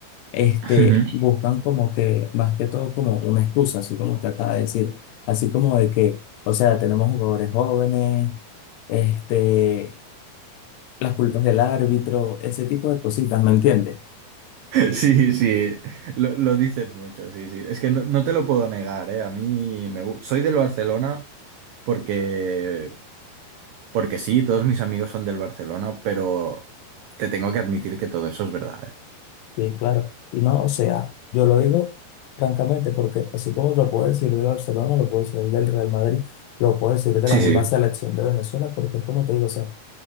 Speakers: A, on the left (about 80°); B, on the right (about 85°).
A: este,
B: <laughs>
A: buscan como que, más que todo, como una excusa, así como usted acaba de decir, así como de que, o sea, tenemos jugadores jóvenes, este, las culpas del árbitro, ese tipo de cositas, ¿me entiendes?
B: <laughs> Sí, sí, lo, lo dices mucho, sí, sí. Es que no, no te lo puedo negar, ¿eh? A mí me gusta. Soy del Barcelona porque, porque sí, todos mis amigos son del Barcelona, pero te tengo que admitir que todo eso es verdad, ¿eh?
A: Sí, claro. Y no, o sea, yo lo digo francamente porque así como lo puedo decir de Barcelona, lo puedo decir del Real Madrid, lo puedo decir de
B: Sí,
A: la misma
B: sí.
A: selección de Venezuela, porque es como te digo, o sea,